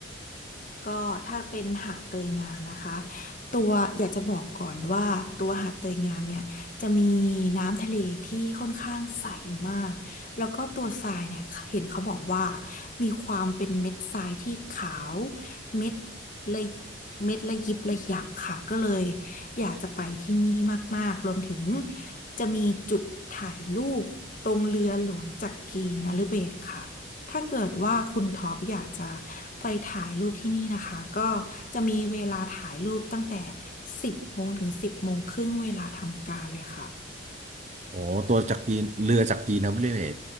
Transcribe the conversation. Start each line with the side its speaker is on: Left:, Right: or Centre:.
Left: ก็ถ้าเป็นหาดเตยงามนะคะตัวอยากจะบอกก่อนว่าตัวหาดเตยงามเนี่ยจะมีน้ำทะเลที่ค่อนข้างใสมากแล้วก็ตัวทรายเนี่ยเห็นเขาบอกว่ามีความเป็นเม็ดทรายที่ขาวเม็ดละเม็ดละยิบละยับค่ะก็เลยอยากจะไปที่นี่มากๆรวมถึงจะมีจุดถ่ายรูปตรงเรือหลวงจักรีนฤเบศรค่ะ ถ้าเกิดว่าคุณท็อปอยากจะไปถ่ายรูปที่นี่นะคะก็จะมีเวลาถ่ายรูปตั้งแต่สิบโมงถึงสิบโมงครึ่งเวลาทำการเลยค่ะ
Right: โอ้ตัวจากกีนเรือจากกีนนะบริเวต